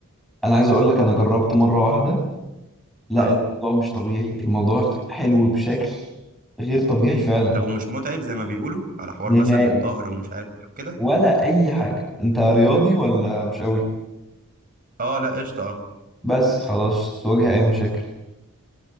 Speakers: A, in the centre; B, on the right.
A: انا عايز اقول لك انا جربت مره واحده لا
B: اه
A: الموضوع مش طبيعي الموضوع حلو بشكل غير طبيعي فعلا
B: طب ومش متعب زي ما بيقولوا على حوار
A: نهائي
B: مثلا الظهر ومش عارف ايه وكده
A: ولا اي حاجه انت رياضي ولا مش قوي
B: اه لا قشطه اه
A: بس خلاص تواجه اي مشاكل